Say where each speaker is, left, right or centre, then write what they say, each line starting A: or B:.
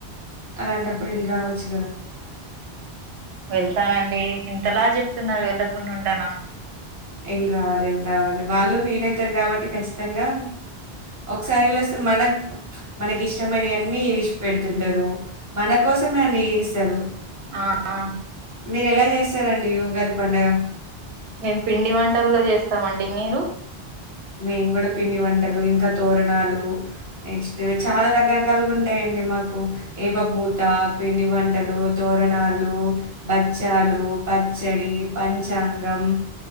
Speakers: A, on the right (about 20°); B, on the right (about 80°).
A: అలాంటప్పుడు ఎల్లి రావాల్సి
B: వెళ్తానండి ఇంతలా చెప్తున్నారు వెళ్ళకుండుంటానా
A: ఎల్లి రావాలి ఎల్లి రావాలి వాళ్ళు ఫీలైతారు కాబట్టి ఖచ్చితంగా ఒకసారి ఎల్లివస్తే మనక్ మనకి ఇష్టమైనయన్ని ఏష్ పెడుతుంటారు మన కోసమే అన్ని చేస్తారు
B: ఆ ఆ
A: మీరు ఎలా చేస్తారండి ఉగాది పండగ
B: మేం పిండి వంటలల్లో చేస్తామండి మీరు
A: మేం కూడా పిండి వంటలు ఇంకా తోరణాలు నెక్స్ట్ చాలా రకరకాలుగా ఉంటాయం డి మాకు ఏప పూత పిండి వంటలు తోరణాలు బచ్చాల్ లు పచ్చడి పంచాంగం